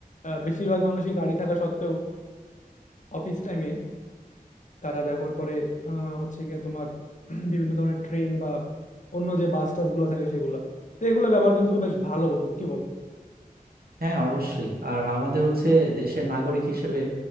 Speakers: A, on the left (about 55°); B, on the right (about 80°).
A: আহ, বেশিরভাগ মানুষই গাড়ি থাকা সত্ত্বেও অফিস টাইমে তারা ব্যবহার করে আহ, হচ্ছে গিয়া তোমার <clears throat> বিভিন্ন ধরনের ট্রেন বা অন্য যে বাস টাস গুলো থাকে সেগুলা তো এগুলো ব্যবহার কিন্তু খুব বেশ ভালো বন্ধু কি বলবো
B: হ্যাঁ অবশ্যই আর আমাদের হচ্ছে দেশের নাগরিক হিসেবে